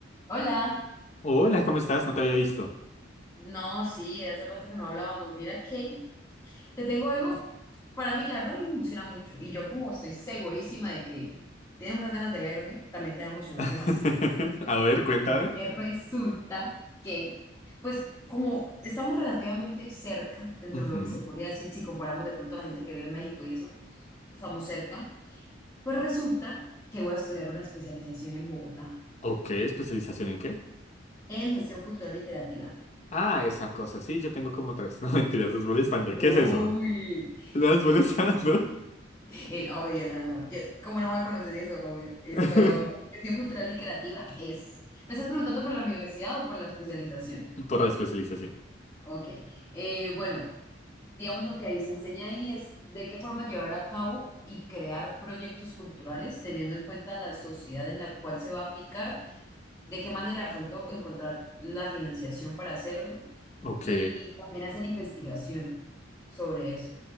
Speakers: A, on the left; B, on the left.
A: Hola,
B: Hola, ¿cómo estás? No te había visto.
A: no, sí, hace rato que no hablábamos. Mira que te tengo algo, para mí, la verdad, a mí me emociona mucho y yo como estoy segurísima de que tienes unas ganas de verme, también te va a emocionar
B: <laughs>
A: demasiado.
B: A ver, cuéntame.
A: Es que resulta que, pues, como estamos relativamente cerca, dentro
B: Ujú.
A: de lo que se podría decir, si comparamos de pronto a la gente que vive en México y eso, estamos cerca, pues resulta que voy a estudiar una especialización en Bogotá,
B: Ok, ¿especialización en qué?
A: en gestión cultural y creativa.
B: Ah, esa cosa, sí, yo tengo como tres. <laughs> No, mentiras, es molestante.
A: Uy,
B: ¿Qué es eso? ¿No es molestando?
A: El obvio, no, no. Yo, ¿cómo no va a conocer eso, obvio? Esto,
B: <laughs>
A: gestión cultural y creativa es. ¿Me estás preguntando por la universidad o por la especialización?
B: Por la especialización.
A: Ok. Eh, bueno, digamos lo que ahí se enseña ahí es de qué forma llevar a cabo y crear proyectos culturales, teniendo en cuenta la sociedad en la cual se va a aplicar, de qué manera de pronto encontrar la financiación para hacerlo
B: Ok,
A: y también hacer investigación sobre eso.